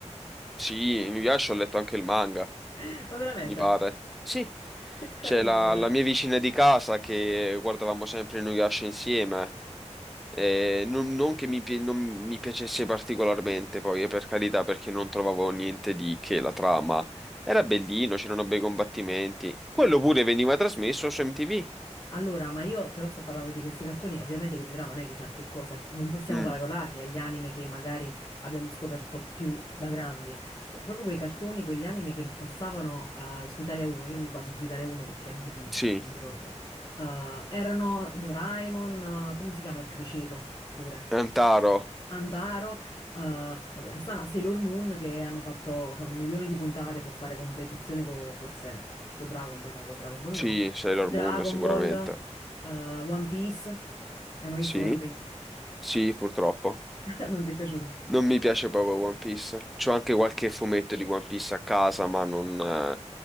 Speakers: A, in the centre; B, on the left.
A: sì, mi piace, ho letto anche il manga,
B: <laughs> Ma veramente,
A: mi pare. Sì,
B: che carino
A: c'è la,
B: che era.
A: la mia vicina di casa che guardavamo sempre Inuyasha insieme. Eh, non, non che mi, pi- non mi piacesse particolarmente, poi, eh, per carità, perché non trovavo niente di che la trama. Era bellino, c'erano bei combattimenti. Quello pure veniva trasmesso su MTV.
B: Allora, ma io però sto parlando di questi cartoni, ovviamente che di trama non è chissà che cosa, non possiamo
A: Mm,
B: paragonarli agli anime che magari abbiamo scoperto più da grandi, cioè proprio quei cartoni, quegli anime che passavano eh, su Italia 1, io mi baso su Italia 1 perché MTV
A: sì.
B: non mi ricordo, eh, erano Doraemon, eh, come si chiama il criceto pure?
A: Antaro.
B: Antaro, eh, vabbè, Rossana, Sailor Moon che hanno fatto milioni di puntate, può fare competizione con forse con Dragon Ball, no, con Dragon Ball
A: Sì,
B: no.
A: Sailor
B: Dragon
A: Moon sicuramente.
B: Ball, eh, One Piece. Hai mai
A: Sì,
B: visto One Piece?
A: sì, purtroppo.
B: <laughs> Non ti è piaciuto?
A: Non mi piace proprio One Piece. C'ho anche qualche fumetto di One Piece a casa, ma non... eh,